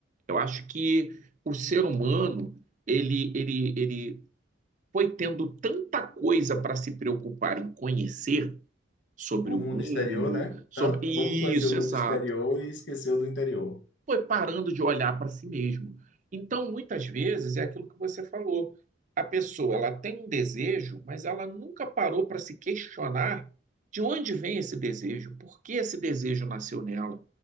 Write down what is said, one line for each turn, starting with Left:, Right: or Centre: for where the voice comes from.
Right: Eu acho que o ser humano, ele, ele, ele foi tendo tanta coisa para se preocupar em conhecer sobre
Left: o
Right: o
Left: mundo
Right: mundo,
Left: exterior, né?
Right: sobre
Left: Tanto
Right: isso,
Left: vamos conhecer o mundo
Right: exato
Left: exterior e esquecer o do interior.
Right: foi parando de olhar para si mesmo. Então, muitas vezes, é aquilo que você falou. A pessoa, ela tem um desejo, mas ela nunca parou para se questionar de onde vem esse desejo, por que esse desejo nasceu nela,